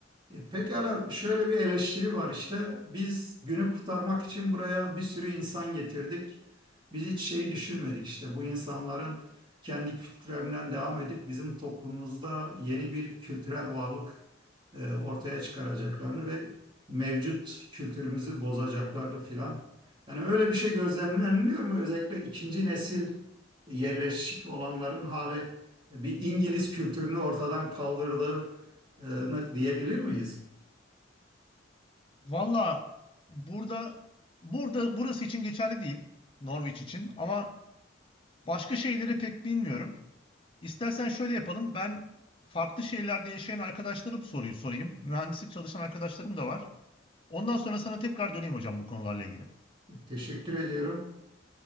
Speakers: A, on the right (about 25°); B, on the left (about 25°).
A: E, Pekala şöyle bir eleştiri var işte. Biz günü kurtarmak için buraya bir sürü insan getirdik. Biz hiç şeyi düşünmedik işte. Bu insanların kendi kültürlerinden devam edip bizim toplumumuzda yeni bir kültürel varlık e, ortaya çıkaracaklarını ve mevcut kültürümüzü bozacaklarını filan. Yani öyle bir şey gözlemleniliyor mu? Özellikle ikinci nesil yerleşik olanların hale bir İngiliz kültürünü ortadan kaldırdığı e, diyebilir miyiz?
B: Valla burada burada burası için geçerli değil. Norwich için ama başka şeyleri pek bilmiyorum. İstersen şöyle yapalım. Ben farklı şehirlerde yaşayan arkadaşlara bu soruyu sorayım. Mühendislik çalışan arkadaşlarım da var. Ondan sonra sana tekrar döneyim hocam bu konularla ilgili.
A: Teşekkür ediyorum.